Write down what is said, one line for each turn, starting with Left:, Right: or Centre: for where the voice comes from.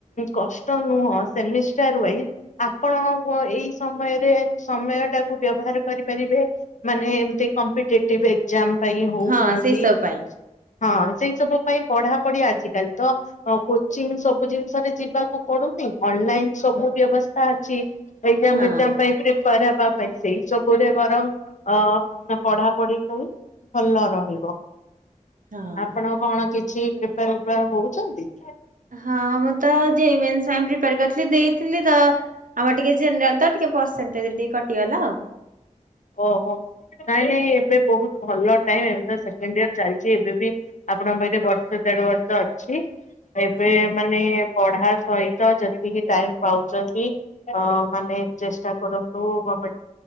Left: କଷ୍ଟ ନୁହଁ ସେମିଷ୍ଟାର ୱାଇଜ ଆପଣ ପ ଏଇ ସମୟରେ ସମୟ ଟାକୁ ବ୍ୟବହାର କରିପାରିବେ ମାନେ ଏମତି କମ୍ପିଟେଟିଭ ଏକ୍ଜାମ ପାଇଁ ହଉ
Right: ହଁ
Left: କୌଣସି
Right: ସେଇ ସବୁ ପାଇଁ।
Left: ହଁ ସେଇ ସବୁ ପାଇଁ ପଢାପଢି ଆଜିିକାଲି ତ କୋଚିଂ ସବୁ ଜିନିଷରେ ଯିବାକୁ ପଡୁନି ଅନଲାଇନ ସବୁ ବ୍ୟବସ୍ଥା ଅଛି। ଏକ୍ଜାମ
Right: ହଁ
Left: ଫକ୍ଜାମ ପାଇଁ ପ ବା ପାଇଁ ସେଇ ସବୁରେ ବରଂ ଅ ପଢାପଢି କଲେ ଭଲ ରହିବ।
Right: ହଁ
Left: ଆପଣ କଣ କି କିଛି ପ୍ରିପାରପାର ହଉଛନ୍ତି?
Right: ହଁ ମୁଁ ତ ଯେମେସାଇମେନ୍ ପିଲାର କରିଥିଲି ଦେଇଥିଲି ତ ଆମର ଟିକ ଜେନେରାଲ ତ ଟିକେ ପର୍ସଡେ ଦେଇ କଟିଗଲା ଆଉ।
Left: ଓହୋ ନାଇଁ ନାଇଁ ଏବେ ବହୁତ ଭଲ ଟାଇମ୍ ଏବେ ତ ସେକେଣ୍ଡ ଇୟର ଚାଲିଛି ଏବେ ବି ଆପଣଙ୍କ ପାଖରେ ବର୍ଷ ଦେଢ ବର୍ଷ ଅଛି। ଏବେ
Right: ହଁ
Left: ମାନେ ପଢା ଶଇତ ଯେତିକି ଟାଇମ୍ ପାଉଛନ୍ତି ମାନେ ଚେଷ୍ଟା କରନ୍ତୁ ଗମେଣ୍ଟେ